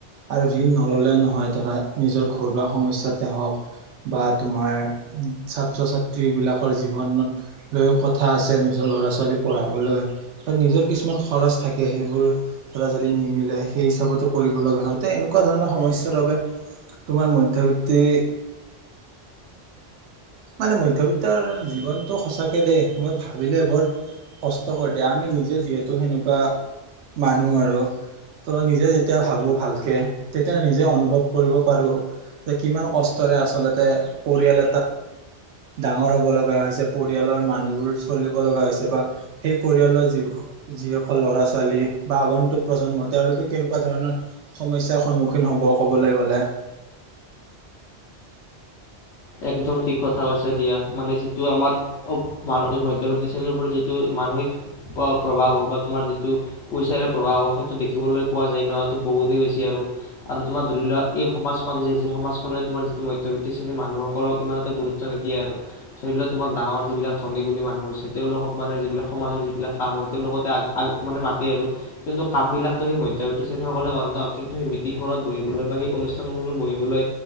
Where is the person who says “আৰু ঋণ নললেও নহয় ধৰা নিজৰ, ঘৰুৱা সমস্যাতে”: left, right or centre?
Right